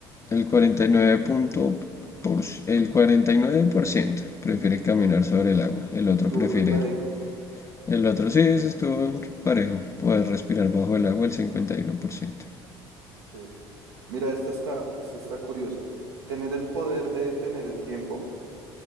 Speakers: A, on the left; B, on the right.
A: El 49 punto por- el 49% prefiere caminar sobre el agua. El otro
B: Estuvo
A: prefiere.
B: repadejo.
A: El otro sí, ese estuvo parejo. Poder respirar bajo el agua, el cincuenta y uno por ciento
B: Chévere. Mira, esta está, esta está curiosa. Tener el poder de detener el tiempo,